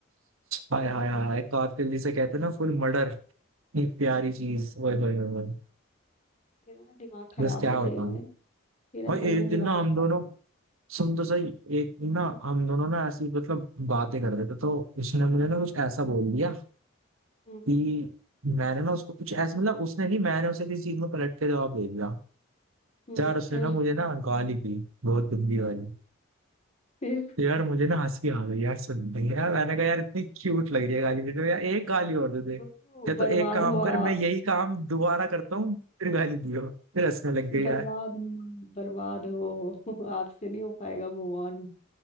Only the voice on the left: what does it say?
तेरा ना दिमाग खराब
है सही
में तेरा
सही
में
दिमाग
खराब
हम्म
हम्म
हम्म,
फिर
फिर
ओ,
बर्बाद
हुआ
बर्बाद
हुआ बर्बाद हो <laughs> आपसे नहीं हो पाएगा मूव ऑन